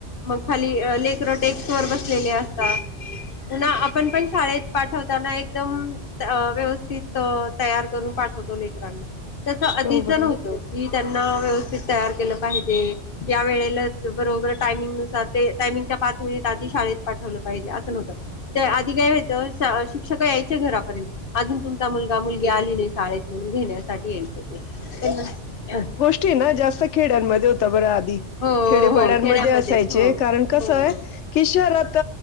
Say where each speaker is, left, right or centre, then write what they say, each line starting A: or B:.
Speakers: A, on the left (about 50°); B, on the left (about 75°).
A: मग खाली लेकरं डेस्क वर बसलेले असतात पु्हा आपण पण शाळेत पाठवताना एकदम व्यवस्थित तयार करून पाठवतो लेकरांना तसं आधीच
B: हो बरोबर
A: नव्हतं की त्यांना व्यवस्थित तयार केलं पाहिजे या वेळेलाच बरोबर टायमिंग नुसार ते टायमिंगच्या पाच मिनिट आधी शाळेत पाठवलं पाहिजे असं नव्हतं त्या आधी काय व्हायचं शिक्षक यायचे घरापर्यंत अजून तुमचा मुलगा मुलगी आली नाही शाळेत म्हणून घेण्यासाठी यायचे ते <unintelligible>
B: हे न जास्त खेड्यांमध्ये होता बरं आधी
A: हो हो
B: खेडेपाड्यांमध्ये
A: हो खेड्यामध्येच
B: असायचे
A: हो
B: कारण कसं
A: हो
B: आहे की शहरात